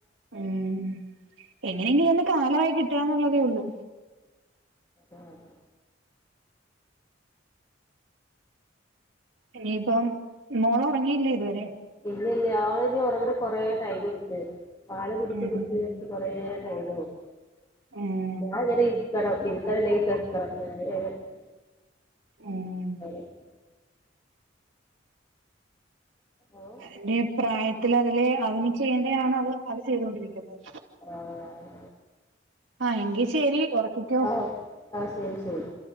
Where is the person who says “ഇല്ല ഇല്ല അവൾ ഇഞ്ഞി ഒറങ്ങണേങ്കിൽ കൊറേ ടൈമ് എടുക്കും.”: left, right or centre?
Left